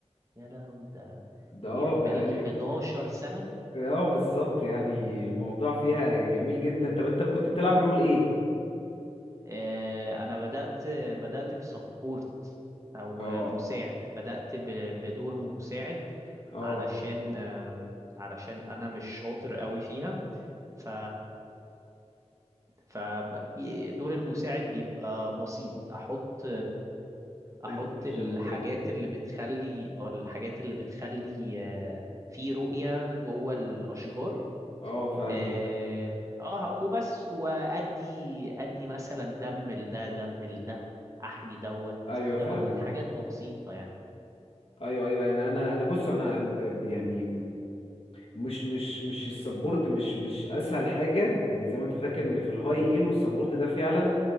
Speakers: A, on the right (about 25°); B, on the left (about 55°).
A: يا لهوي ده
B: ده
A: يعني
B: اه
A: بقالك
B: بقالي
A: 11 سنة
B: اه بالظبط يعني الموضوع فيها جميل جدا طب انت كنت بتلعب رول ايه
A: آه، انا بدأت بدأت بسبورت او
B: اه
A: آه، مساعد بدأت ب- بدور مساعد
B: اه
A: علشان آم، علشان انا مش شاطر قوي فيها ف فدور المساعد بيبقى بسيط احط احط
B: الفيجن
A: الحاجات
B: وكده
A: اللي بتخلي او الحاجات اللي بتخلي آه، في رؤية جوه الاشجار
B: اه فاهمك
A: اه آه، وبس وادي ادي مثلا دم لده دم لده احمي دوت
B: ايوه
A: كده
B: فاهمك
A: هوت حاجات بسيطة يعني
B: ايوه ايوه يعني انا انا بص انا ب- يعني مش مش مش السبورت مش مش اسهل حاجه يعني زي ما انت فاكر
A: م?
B: ان في الهاي ايلو السبورت ده فعلا